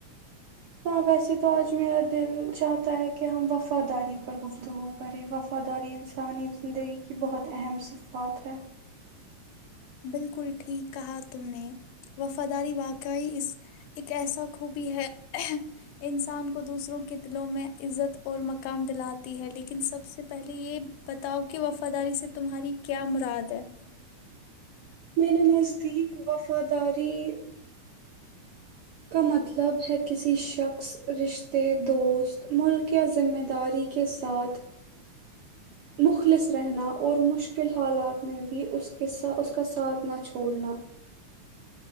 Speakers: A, on the right; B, on the left.
A: ہاں ویسے تو آج میرا دل چاہتا ہے کہ ہم وفا وفاداری پر گفتگو وفاداری انسانی زندگی کی بہت اہم صفات ہے
B: بالکل ٹھیک کہا تم نے وفاداری واقعی اس ایک ایسا خوبی ہے انسان کو دوسروں کے دلوں میں عزت اور مقام دلاتی ہے لیکن سب سے پہلے یہ بتاؤ کہ وفاداری سے تمہاری کیا مراد ہے
A: میرے نزدیک وف ماداری <inaudible> <unintelligible>